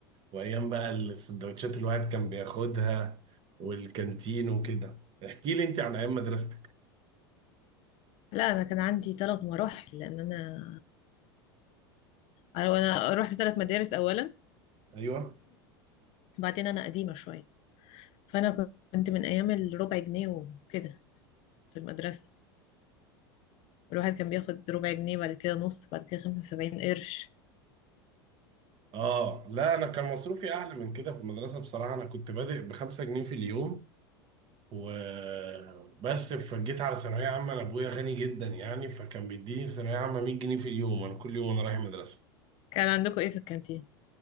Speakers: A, on the right (about 40°); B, on the left (about 50°).
A: وايام بقى السندوتشات اللي الواحد كان بياخدها والكانتين وكده احكي لي انت عن ايام مدرستك
B: لا انا كان عندي ثلاث مراحل لان انا أو انا رحت ثلاث مدارس اولا
A: ايوه
B: وبعدين انا قديمه شويه فانا كنت من ايام الربع جنيه وكده في المدرسه الواحد كان بياخد ربع جنيه بعد كده نص بعد كده 75 قرش
A: اه لا انا كان مصروفي اعلى من كده في المدرسه بصراحه انا كنت بادئ بخمسة جنيه في اليوم وبس فجيت على ثانوية عامة أنا أبويا غني جدا يعني فكان بيديني ثانوية عامة 100 جنيه في اليوم أنا كل يوم أنا رايح المدرسة
B: كان عندكم ايه في الكانتين